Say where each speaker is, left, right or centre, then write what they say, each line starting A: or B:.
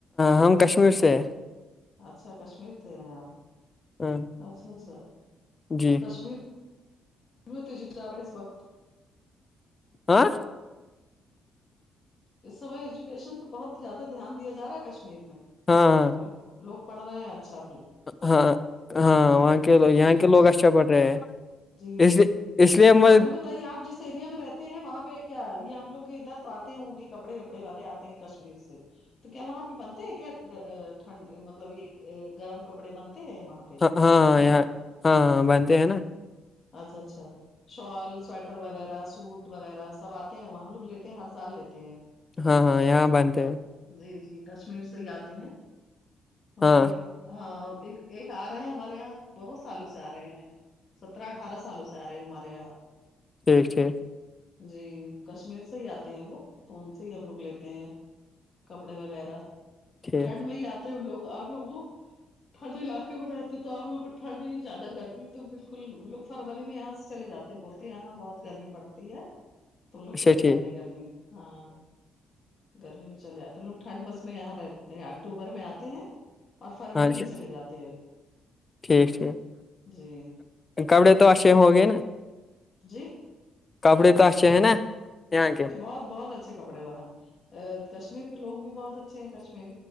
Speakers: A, on the left (about 30°); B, on the left (about 45°).
A: ہم کشمیر سے
B: اچھا کشمیر سے ہیں آپ
A: ہیں
B: اچھا اچھا
A: جی
B: کشمیر تیجق چارا اس وقت <unintelligible>
A: آ <unintelligible>
B: اس سمے ایجوکیشن پہ بہت زیادہ دھیان دیا جا رہا ہے کشمیر میں
A: ہاں ہاں
B: لوگ لوگ پڑھ رہے ہیں اچھاب
A: ہاں ہاں وہاں کےو یہاں
B: ایجوکیشن
A: کے لوگ اچھا پڑ رہے ہیں
B: جی
A: اس
B: جی
A: لیے اس لیے میں
B: اور یہ بتائیے آپ جس ایریا میں رہتے ہیں وہاں پہ کیا یہ ہم لوگ ادھر تو آتے ہیں انہیں کپڑے وپڑے والے آتے ہیں کشمیر سے تو کیا وہاں پہ بنتے ہیں کیا ٹھنڈ مطلب یہ گرم کپڑے بنتے ہیں وہاں پہ
A: ہاں ہاں
B: کشمیر
A: ہاں یہاں
B: میں
A: ہاں ہاں بنتے ہیں نا
B: اچھا اچھا شال سویٹر وغیرہ سوٹ وغیرہ سب آتے ہیں وہ ہم لوگ لی ہر سال لیتے ہیں
A: ہاں ہاں یہاں بانتے ہیں
B: جی جی کشمیر سے ہی آتے ہیں ہمارے
A: ہاں
B: ہاں ایک ایک آ رہے ہیں ہمارے یہاں بہت سالوں سے آ رہے ہیں سترہ اٹھارہ سالوں سے سارے مریا
A: ٹھیک ٹھیک
B: جی کشمیر سے ہی آتے ہیں وہ تو ان سے ہی ہم لوگ لیتے ہیں کپڑے وغیرہ
A: ٹھیک
B: ٹھنڈ میں ہی آتے ان لوگ آپ لوگ وہ ٹھنڈ علاقے میں رہتے تو آ لوگ کو ٹھڈ ہی زیادہ گرمی تو بالکل لوگ فروری میں یہاں سے چلے جاتے بولتے یہاں بہت گرمی پڑتی ہے تو لوگ
A: اچھا
B: چلے جاتے
A: ٹھیک
B: ہیں گرمی ہاں گرمی میں چلے جاتے ہیں لوگ ٹھنڈ بس میں یہاں رہتے ہیں اکتوبر میں آتے ہیں اور فروری
A: ہاں
B: میں
A: جی
B: چلے جاتے ہیں
A: ٹھیک ٹھیک
B: جی
A: کپڑے تو اچھے ہو گئے نا
B: جی
A: کپڑے کاس چ ہے نا یہاں کے
B: بہت بہت اچھے کپڑے وہن ا کشمیر کے لوگ بھی بہت اچھے ہیں کشمیر